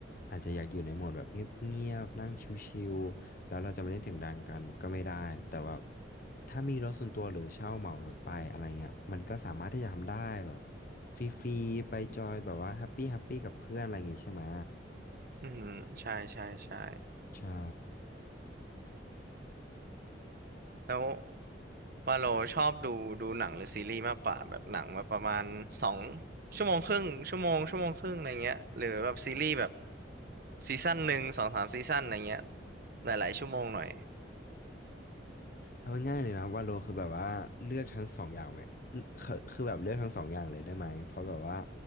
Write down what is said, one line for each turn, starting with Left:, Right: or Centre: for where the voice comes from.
Left: อาจจะอยากอยู่ในโหมดแบบเงียบๆนั่งชิลๆแล้วเราจะมาเล่นเสียงดังกันก็ไม่ได้แต่ว่าถ้ามีรถส่วนตัวหรือเช่าเหมารถไปอะไรเงี้ยมันก็สามารถที่จะทำได้แบบฟรีๆไปจอยแบบว่าแฮปปี้แฮปปี้กับเพื่อนอะไรอย่างงี้ใช่ไหม
Right: อือฮึใช่ใช่ใช่
Left: ใช่
Right: แล้ว ว่าเราชอบดูดูหนังหรือซีรีส์มากกว่าแบบหนังแบบประมาณสองชั่วโมงครึ่งชั่วโมงชั่วโมงครึ่งอะไรเงี้ยหรือแบบซีรีส์แบบซีซั่นหนึ่งสองสามซีซั่นอะไรเงี้ยหลายๆชั่วโมงหน่อย
Left: เอาง่ายๆเลยนะว่าโลคือแบบว่าเลือกทั้งสองอย่างไหมคือคือแบบเลือกทั้งสองอย่างเลยได้ไหมเพราะแบบว่า